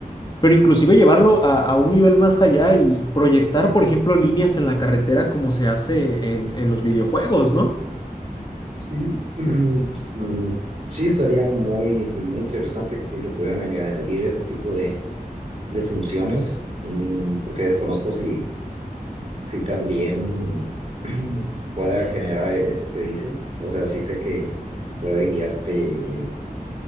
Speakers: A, on the left; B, on the right.
A: Pero inclusive llevarlo a, a un nivel más allá y proyectar, por ejemplo, líneas en la carretera como se hace en, en los videojuegos, ¿no?
B: Sí, <clears throat> mm, mm, sí estaría muy, muy interesante que se pudieran añadir este tipo de, de funciones, mm, porque desconozco si Sí, también <clears throat> pueda generar esto que dices. O sea, sí sé que puede guiarte